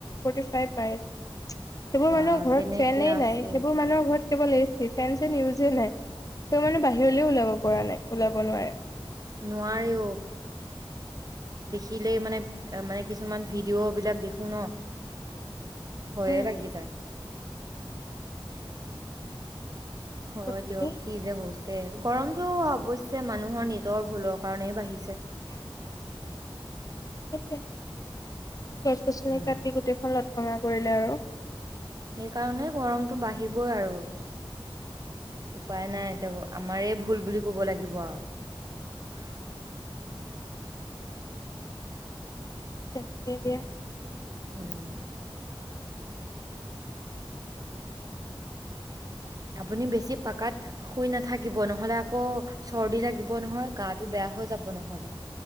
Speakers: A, on the left (about 40°); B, on the right (about 40°).
A: ফৰ্টি ফাইভ পাই। সেইবোৰ
B: বা
A: মানুহৰ ঘৰত
B: কেনেকে
A: ফেনেই
B: আছে
A: নাই সেইবোৰ মানুহৰ ঘৰত কেল <unintelligible> নিউজে নাই, ত' মানে বাহ বাহিৰলৈও ওলাব পৰা নাই, ওলাব নোৱাৰে।
B: নোৱাৰেও কিলে মানে এ মানে কিছুমান ভিডিঅ' বিলাক দেখো ন'। ভয়ে
A: উম।
B: লাগি যায়।
A: আচৰিত
B: হয়
A: কথা
B: দিয়ক
A: দেই
B: কি যে হ হৈছ যে গৰমতটো অৱশ্যে মানুহৰ নিজৰ ভুলৰ কাৰণেই বাঢ়িছে।
A: <inaudible> তাকে। গছ-গছনি
B: উম।
A: কাটি গোটেইখন লত ভঙা কৰিলে আৰু।
B: সেইকাৰণে গৰমটো বাঢ়িবই আৰু উপায় নাই এতিয়া আমাৰেই ভুল বুলি ক'ব লাগিব আৰু।
A: তাকে দিয়া।
B: উম। আপুনি বেছি পাকাত শুই নাথাক থাকিব নহ'লে আকৌ চৰ্দি লাগিব নহয় গাটো বেয়া হৈ যাব নহ'লে।